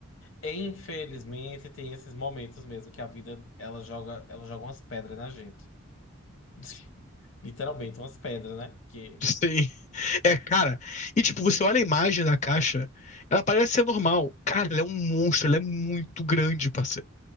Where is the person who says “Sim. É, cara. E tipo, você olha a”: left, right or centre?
Left